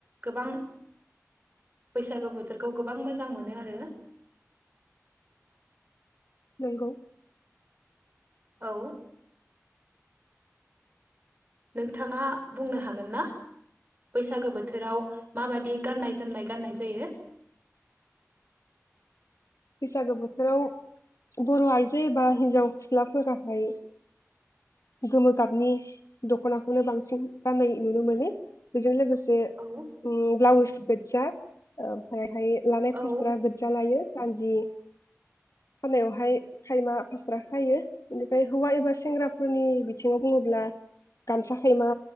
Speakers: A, on the right (about 40°); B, on the left (about 75°).
A: गोबां बैसागु बोथोरखौ गोबां मोजां मोनो आरो
B: नंगौ
A: औ नोंथाङा बुंनो हागोन ना बैसागो बोथोराव माबादि गाननाय जोमनाय गाननाय जायो
B: बैसागो बोथोराव बर' आइजो बा हिन्जाव सिख्लाफोराहाय गोमो गाबनि दख'नाखौनो बांसिन गाननाय नुनो माने बेजों लोगोस से
A: औ
B: ब्लाउस गोजा ओमफाय ओमफाय लानाय
A: औ
B: फास्रा गोज्जा लायो। सान्जि खानायावहाय खायमा फास्रा खायो। बेनिफ्राय हौवा एबा सेंग्राफोरनि बिथिङाव बुङोब्ला गामसा खायमा